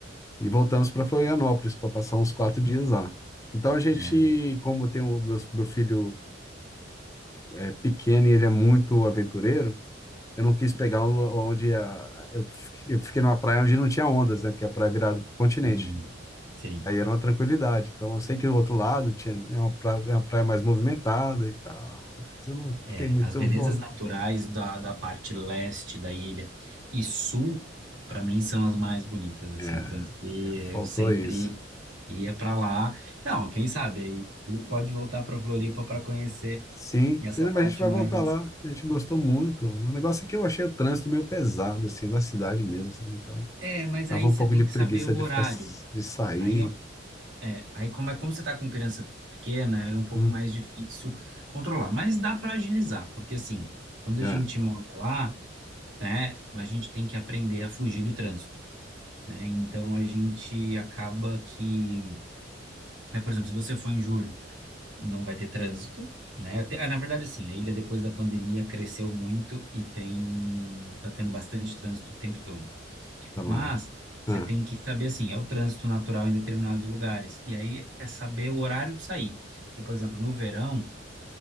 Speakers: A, on the left; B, on the right.
A: E voltamos para Florianópolis para passar uns quatro dias lá. Então a gente,
B: é,
A: como tem o meu, meu filho é pequeno e ele é muito aventureiro, eu não quis pegar um- onde a, eu fiquei eu fiquei numa praia onde não tinha ondas, né? Porque a praia é virada para o continente.
B: hum, sim.
A: Aí era uma tranquilidade. Então eu sei que do outro lado tinha, né, uma praia, uma praia mais movimentada e tal, mas eu não
B: É,
A: fiquei muito
B: as belezas
A: vontade.
B: naturais da, da parte leste da ilha e sul, para mim, são as mais bonitas, assim.
A: É,
B: Tanto que
A: é, faltou
B: eu sempre
A: isso.
B: ia para lá. Então, quem sabe aí tu pode voltar para Floripa para conhecer
A: Sim,
B: essa
A: sim,
B: parte
A: mas a gente vai
B: mais.
A: voltar lá. A gente gostou muito. O negócio é que eu achei o trânsito meio pesado, assim, na cidade mesmo, sabe? Então,
B: É, mas
A: dava
B: aí
A: um
B: você
A: pouco
B: tem
A: de
B: que
A: preguiça
B: saber o horário.
A: de ficar, de sair.
B: Aí É, aí como é como você está com criança pequena, é um pouco
A: Hum,
B: mais difícil controlar, mas dá para agilizar, porque assim, quando
A: é,
B: a gente mora lá, né, a gente tem que aprender a fugir do trânsito, né? Então a gente acaba que, né, por exemplo, se você for em julho, não vai ter trânsito, né? Até- ah, na verdade, assim, a ilha depois da pandemia cresceu muito e tem um, tá tendo bastante trânsito o tempo todo.
A: tá
B: Mas
A: bom.
B: você
A: Ah,
B: tem que saber assim, é o trânsito natural em determinados lugares. E aí é saber o horário de sair. Porque, por exemplo, no verão,